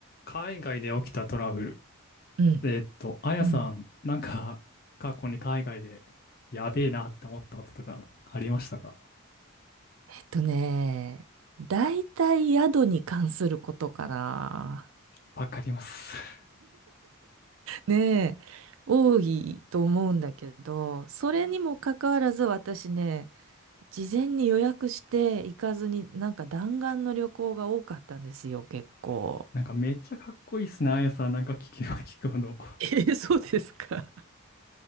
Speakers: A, on the left (about 45°); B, on the right (about 65°).
A: 海外で起きたトラブル。
B: うん。
A: えーっと、あやさん、
B: うん。
A: なんか、過去に海外で、やべえなって思ったこととか、ありましたか
B: えっとね、大体宿に関することかな。
A: わかります。<laughs>
B: ねえ、多いと思うんだけど、それにもかかわらず私ね、事前に予約して行かずに、なんか弾丸の旅行が多かったんですよ、結構。
A: なんか、めっちゃかっこいいっすね、あやさん。なんか、聞けば聞くほど。
B: え、そうですか。